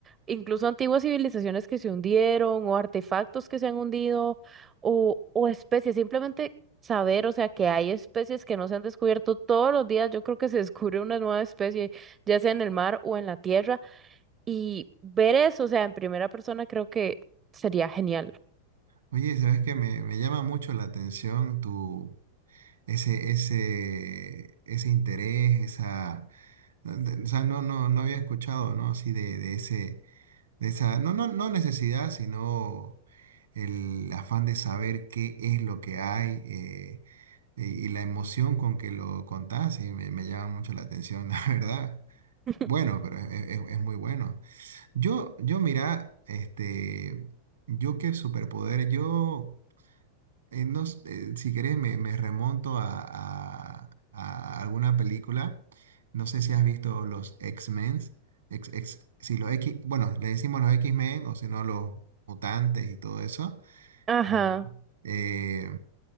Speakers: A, on the right; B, on the right.
A: incluso antiguas civilizaciones que se hundieron o artefactos que se han hundido o, o especies, simplemente saber, o sea, que hay especies que no se han descubierto todos los días, yo creo que se descubre una nueva especie, ya sea en el mar o en la tierra. Y ver eso, o sea, en primera persona creo que sería genial.
B: Oye, ¿sabes qué? Me, me llama mucho la atención tu... Ese, ese, ese interés, esa, no- de- o sea, no, no, no había escuchado, ¿no? Así de, de ese, Esa, no, no, no necesidad, sino el afán de saber qué es lo que hay eh, y, y la emoción con que lo contás, y me, me llama mucho la atención, <laughs> la verdad.
A: <laughs>
B: Bueno, pero es, es- es muy bueno. Yo, yo mira, este, yo qué superpoder, yo eh, no s- eh, si querés, me, me remonto a, a- a alguna película. No sé si has visto los X-Men. Ex- ex- si los X, bueno, le decimos los X-Men o si no, los mutantes y todo eso.
A: Ajá,
B: Eh, eh,